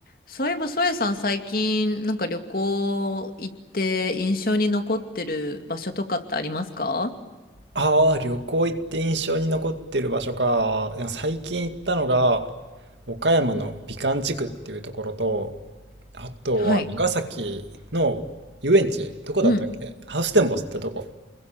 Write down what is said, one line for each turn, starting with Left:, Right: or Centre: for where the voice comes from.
Left: そういえば、ソエさん最近なんか旅行行って印象に残ってる場所とかってありますか
Right: ああ、旅行行って印象に残ってる場所か。いや最近行ったのが、岡山の美観地区っていうところと、あとは長崎の遊園地、
Left: はい。
Right: どこだったっけハウステンボスってとこ。
Left: うん。